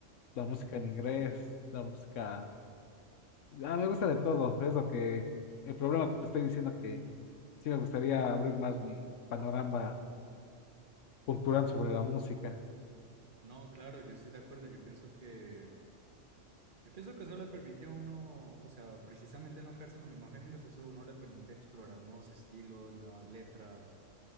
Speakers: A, on the left; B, on the right.
A: la música
B: Hmm.
A: en inglés, la música... Ah, me gusta de todo, es lo que... El problema que te estoy diciendo que sí me gustaría abrir más mi panorama cultural sobre la música.
B: No, claro, yo estoy de acuerdo. Yo pienso que Yo pienso que eso le permite a uno, o sea, precisamente no quedarse en los mismos géneros, eso a uno le permite explorar nuevos estilos, nuevas letras,